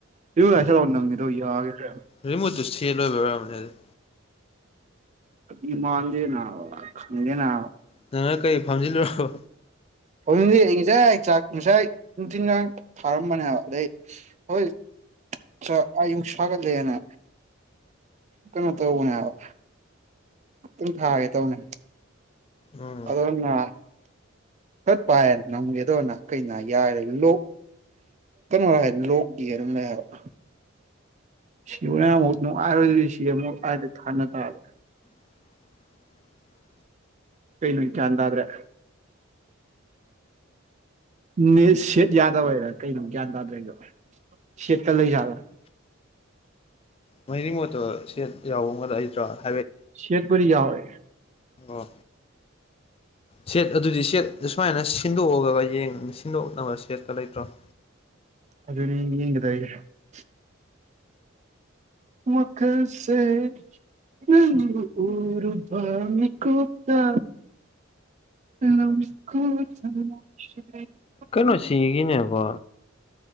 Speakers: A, on the right; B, on the left.
A: ꯔꯤꯉꯨꯠ ꯍꯥꯏꯁꯂꯥꯎ ꯅꯪꯉꯦꯗꯧ ꯌꯥꯒꯦꯗ꯭ꯔꯦ
B: ꯔꯤꯃꯨꯠꯇꯨ ꯁꯦꯟ ꯂꯣꯏꯕꯩ ꯑꯣꯢꯔꯝꯅꯤ ꯑꯗꯨꯗꯤ
A: ꯑꯗꯤ ꯃꯥꯟꯗꯦꯅ ꯑ ꯈꯪꯗꯦꯅ
B: ꯑꯗ ꯅꯪꯥꯏ ꯀꯔꯤ ꯐꯥꯝꯖꯤꯜꯂꯨꯔꯕ
A: ꯍꯧꯖꯤꯗꯤ ꯑꯩ ꯉꯁꯥꯏ ꯆꯥꯛ ꯉꯁꯥꯏ ꯅꯨꯡꯊꯤꯜꯒ ꯊꯥꯔꯝꯕꯅꯦꯕ ꯍꯥꯏꯕ ꯑꯗꯩ ꯍꯧꯋꯦ ꯉꯁꯥꯢ ꯑꯌꯨꯛ ꯁꯥꯒꯠꯂꯦꯅ ꯀꯩꯅꯣ ꯇꯧꯕꯅꯦ ꯍꯥꯏꯕ ꯄꯨꯡ ꯊꯥꯒꯦ ꯇꯧꯅꯦ
B: ꯎꯝ
A: ꯑꯗ ꯑꯩꯅ ꯆꯠ ꯄꯥꯏꯔ ꯅꯝꯒꯦꯗꯧꯅ ꯀꯩꯅ ꯌꯥꯏꯔꯦ ꯂꯣꯛ ꯀꯩꯅꯣ ꯍꯥꯏ ꯂꯣꯛꯒꯤꯔꯝ ꯂꯩ ꯍꯥꯢꯕ ꯁꯤꯕꯅꯦꯅꯃꯨꯛ ꯅꯨꯡꯉꯥꯢꯔꯣꯢ ꯑꯗꯨꯗꯤ ꯁꯤꯗꯤ <unintelligible>
B: <inaudible>
A: ꯀꯩꯅꯣ ꯑꯩ ꯒ꯭ꯌꯥꯟ ꯇꯥꯗ꯭ꯔꯦ ꯅꯦꯠ ꯁꯦꯠ ꯌꯥꯗꯕꯩꯔꯥ ꯀꯩꯅꯣ ꯒ꯭ꯌꯥꯟ ꯇꯥꯗ꯭ꯔꯦ ꯗꯣ ꯁꯦꯠꯀ ꯂꯩ ꯌꯥꯕ꯭ꯔꯥ
B: ꯃꯣꯢ ꯔꯤꯃꯣꯠꯇꯣ ꯁꯦꯠ ꯌꯥꯎꯕ ꯑꯃ ꯂꯩꯇ꯭ꯔꯥꯔꯦ
A: ꯁꯦꯠꯄꯨꯗꯤ ꯌꯥꯎꯋꯦ
B: ꯑꯣ ꯁꯦꯠ ꯑꯗꯨꯗꯤ ꯁꯦꯠ ꯁꯨꯃꯥꯏꯅ ꯁꯤꯟꯗꯣꯛꯑꯒ ꯌꯦꯡ ꯁꯤꯟꯗꯣꯛꯅꯕ ꯁꯦꯠꯀ ꯂꯩꯇ꯭ꯔꯣ <inaudible>
A: ꯑꯗꯨꯅꯤ ꯌꯦꯡꯅꯤꯡꯗ꯭ꯔꯦ ꯑꯩꯗꯤ ꯋꯥꯈꯜꯁꯦ ꯅꯪꯕꯨ ꯎꯔꯨꯕꯥ ꯃꯤ ꯀꯨꯞꯇꯥ ꯂꯧ ꯈꯨꯠ <unintelligible>
B: ꯀꯩꯅꯣ ꯁꯤꯒꯤꯅꯦꯕꯣ